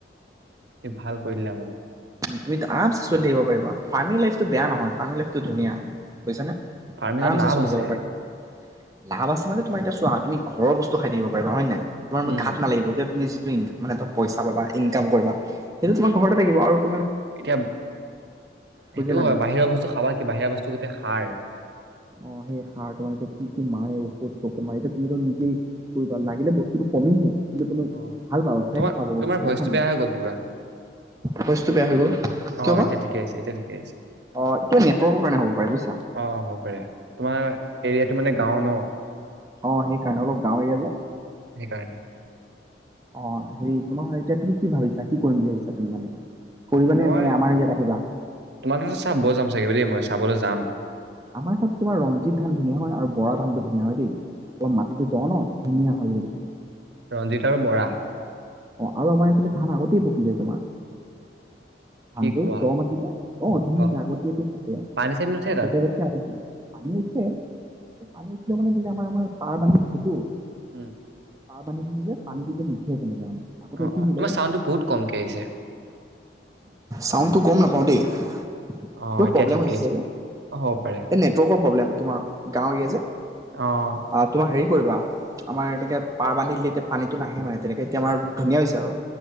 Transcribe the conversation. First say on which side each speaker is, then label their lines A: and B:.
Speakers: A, on the right; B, on the right.
A: তুমি ভাল কৰিলা।
B: তুমি আৰামছে চলি থাকিব পাৰিবা। ফাৰ্মিং লাইফটো বেয়া নহয়, ফাৰ্মিং লাইফটো ধুনীয়া। বুজিছানে?
A: ফাৰ্মিঙত
B: আমছে
A: লাভ
B: চলি
A: আছে
B: যাব পাৰিবা লাভ আছে মানে তোমাৰ এতিয়া চোৱা তুমি ঘৰৰ ব্তু খাই দিবাৰিব হয় নাই তোমাৰ
A: উম।
B: গাত নালাগিব এতিয়া। প্লিজ মানে তুমি পইচা পাবা, ইনকাম কৰিবা। সেইটো তোমাৰ ঘৰতে থাকিব আৰু কি।
A: এতিয়া সেইটো
B: বুজিলা
A: হয়,
B: নাই
A: বাহিৰৰ বস্তু খাবা কি? বাহিৰৰ বস্তু গোটেই সাৰ।
B: অঁ, সেই সাৰ তোমাৰ এতিয়া কি কি মাৰে, ঔষধ-চকুধো মাৰে। এতিয়া তুমি নিজেই কৰিব লাগিলে বস্তুতটো কমি হ'ব। মানে তুমি
A: অ'।
B: ভাল পাবা, ফ্ৰেছ
A: তোমাৰ
B: পাবা।
A: তোমাৰ
B: বুজিছা
A: ভইচটো
B: নে
A: বেয়া
B: নাই?
A: হৈ গ'ল কিবা।
B: ভইচটো বেয়া হৈ গ'ল
A: অ',
B: কিয়বা।
A: এতিয়া ঠিকে আহিছে এতিয়া ঠিকে আহিছে।
B: অ', কিবা নেটৱৰ্কৰ কাৰণে হ'ব পাৰে। বুজিছা?
A: অ', হ'ব পাৰে তোমাৰ এৰিয়াটো মানে গাঁও নহ্।
B: অ সেইকাৰণে অলপ গাঁও এৰিয়া যে।
A: সেইকাৰণে।
B: অ', হেৰি, তোমাৰ এতিয়া তুমি কি ভাবিছা? কি কৰিম বুলি ভাবিছা তুমি মানে এতিয়া? কৰিবানে
A: মই
B: নে আমাৰ ইয়াত আহিবা
A: তোমাক চাবলৈ যাম চাগে দেই। চাবলৈ যাম। যাম।
B: আমাৰ তাত তোমাৰ ৰঞ্জিত ধান ধুনীয়া হয় আৰু বৰা ধানটো ধুনীয়া হয় দেই অলপ মাটিটো ধুনীয়া হাল বুলি কৈছিলে ধান।
A: ৰঞ্জিত আৰু বৰা।
B: অ আৰু আমাৰ এইফালে ধানা অতিই পকি যায় তোমাৰ। ধানটো
A: কি কোৱা?
B: দ' মাটি যে, অহ, ধুনীয়াকে
A: অ',
B: আগতীয়াকে পকে,
A: পানী চানী নুঠে তাত?
B: বেলেগতকৈ‌‌ আগতে, পানী উঠে। পানী উঠিলেও মানে তেতিয়া আমাৰ-আমাৰ পাৰ বান্ধি থৈছেতো।
A: উম।
B: পাৰ পানীটোল যে পানী পতিতে নুঠে তেনেকে মানে আগতে
A: অ',
B: উঠিছিলে,
A: অ', তোমাৰ চাউণ্ডটো বহুত কমকে আহিছে।
B: চাউণ্ডটো গম নাপাও দেই। কিবা
A: অ', এতিয়া
B: প্ৰব্লেম
A: ঠিকে
B: হৈছে
A: আহিছে।
B: চাগে,
A: অ', হ'ব পাৰে।
B: এই নেটৱৰ্কৰ প্ৰব্লেম। তোমাৰ, গাঁও এৰিয়া যে।
A: অ'।
B: আহ তোমাৰ হেৰি কৰিবা, আমাৰ এনেকে পাৰ বান্ধ দিলে এতিয়া পানীটো নাহে মানে তেনেকে এতিয়া আমাৰ ধুনীয়া হৈছে আৰু,